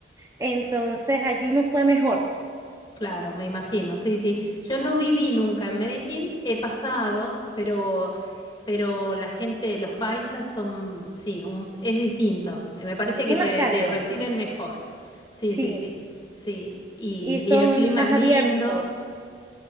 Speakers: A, on the right (about 20°); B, on the left (about 25°).
A: entonces allí me fue mejor.
B: claro, me imagino, sí, sí. Yo no viví nunca en Medellín, he pasado, pero Pero la gente, los paisas son, sí, un- es distinto. Me parece
A: Son
B: que te,
A: más cálidos,
B: te reciben mejor. Sí,
A: sí,
B: sí, sí, sí. Y,
A: y son
B: y el clima
A: más
B: es lindo,
A: abiertos.